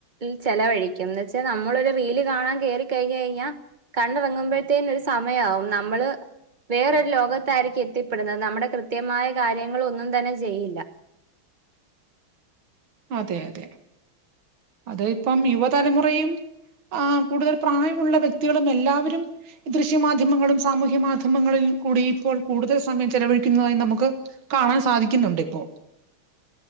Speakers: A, on the right; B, on the right.
A: ഈ ചെലവഴിക്കും. എന്ന് വെച്ചാ നമ്മളൊരു റീല് കാണാൻ കേറി കഴിഞ്ഞ് കഴിഞ്ഞാ. കണ്ടിറങ്ങുമ്പഴത്തേന് ഒരു സമയാകും നമ്മെള്. വേറൊരു ലോകത്തായിരിക്കും എത്തിപ്പെടുന്നെ. നമ്മെടെ കൃത്യമായ കാര്യങ്ങളൊന്നും തന്നെ ചെയ്യില്ല.
B: അതെ അതെ. അതുയിപ്പം യുവതലമുറയും. ആ് കൂടുതൽ പ്രായമുള്ള വ്യക്തികളും എല്ലാവരും. ദൃശ്യ മാധ്യമങ്ങളും, സാമൂഹ്യ മാധ്യമങ്ങളിൽ കൂടി ഇപ്പോൾ കൂടുതൽ സമയം ചെലവഴിക്കുന്നതായി നമ്മെക്ക്. കാണാൻ സാധിക്കുന്നുണ്ട് ഇപ്പോ.